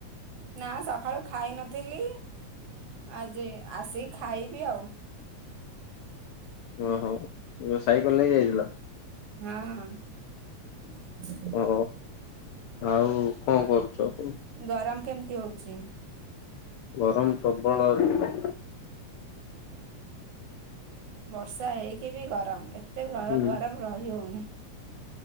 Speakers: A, on the right (about 85°); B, on the left (about 80°).
A: ନାଁ ସଖାଳୁ ଖାଇ ନଥିଲି ଆଜି ଆସିକି ଖାଇବି ଆଉ।
B: ଓହୋ ଏବେ ସାଇକଲ ନେଇ ଯାଇଥିଲ।
A: ହଁ ହଁ <inaudible>
B: ଓହ ଆଉ କଣ କରୁଚ?
A: ଗରମ କେମିତି ହଉଚି?
B: ଗରମ ପ୍ରବଳ ହଉଚି।
A: ବର୍ଷା ହେଇକି ବି ଗରମ ଏତେ ଗର
B: ହୁଁ।
A: ଗରମ ରହି ହଉନି।